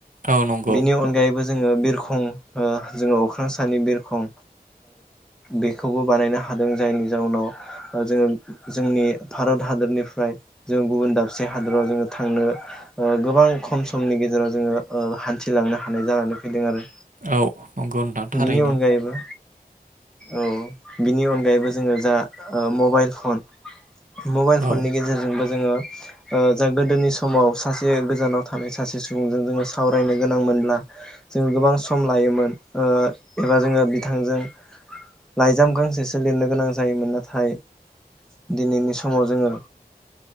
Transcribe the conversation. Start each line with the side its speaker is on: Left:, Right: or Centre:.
Right: औ नंगौ
Centre: बिनि अनगायैबो जोङो बिरखं जोङो अख्रां सानि बिरखं बेखौबो बानायनो हायो हादों जायनि जाउनाव जोङो जोंनि भारत हादरनिफ्राय जोङो गुबुन दाबसे हादराव जोङो थांनो। गोबां खम समनि गेजेराव जोङो हान्थिलांनो हानाय जानानै फैदों आरो।
Right: औ नंगौ नोंथां थारैनो
Centre: बिनि अनगायैबो औ बिनि अनगायैबो जोङो जा मबाइल फन मबाइल फननि
Right: औ
Centre: गेजेरजोंबो जोङो जा गोदोनि समाव सासे गोजानाव थानाय सासे सुबुंजों जोङो सावरायनो गोनां मोनब्ला जोङो गोबां सम लायोमोन एबा जोङो बिथांजों लाइजाम गांसेसो लिरनो गोनां जायोमोन नाथाय दिनैनि समाव जोङो